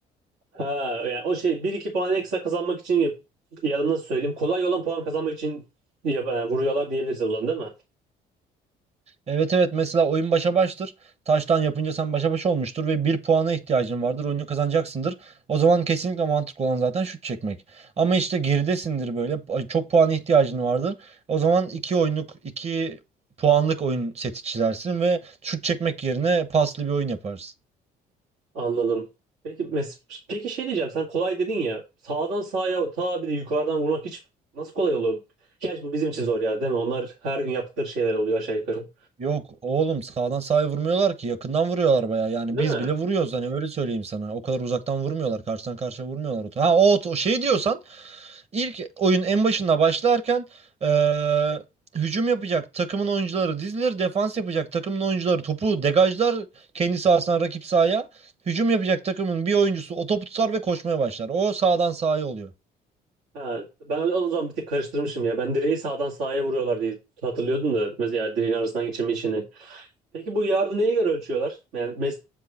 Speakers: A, on the right (about 85°); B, on the right (about 40°).
A: Ha, yani o şey bir iki puan ekstra kazanmak için yap- ya da nasıl söyleyeyim? Kolay olan puan kazanmak için ya, e, vuruyorlar diyebiliriz o zaman değil mi?
B: Evet evet mesela oyun başa baştır. Taştan yapınca sen başa baş olmuştur ve bir puana ihtiyacın vardır. Oyunu kazanacaksındır. O zaman kesinlikle mantıklı olan zaten şut çekmek. Ama işte geridesindir böyle. ay, Çok puana ihtiyacın vardır. O zaman iki oyunluk, iki puanlık oyun seti çizersin ve şut çekmek yerine paslı bir oyun yaparsın.
A: Anladım. Peki mes peki şey diyeceğim sen kolay dedin ya sağdan sağa ta bir de yukarıdan vurmak hiç nasıl kolay oluyor? Gerçi bu bizim için zor ya değil mi? Onlar her gün yaptıkları şeyler oluyor aşağı yukarı.
B: Yok oğlum sağdan sağa vurmuyorlar ki yakından vuruyorlar baya yani
A: Değil
B: biz
A: mi?
B: bile vuruyoruz hani öyle söyleyeyim sana o kadar uzaktan vurmuyorlar karşıdan karşıya vurmuyorlar ha o, o şey diyorsan İlk oyun en başında başlarken eee, hücum yapacak takımın oyuncuları dizilir, defans yapacak takımın oyuncuları topu degajlar kendi sahasına rakip sahaya. Hücum yapacak takımın bir oyuncusu o topu tutar ve koşmaya başlar. O sağdan sahaya oluyor.
A: Ha, ben o zaman bir tık karıştırmışım ya. Ben direği sağdan sağa vuruyorlar diye hatırlıyordum da mesela direğin arasından geçirme işini. Peki bu yardı neye göre ölçüyorlar? Yani mes-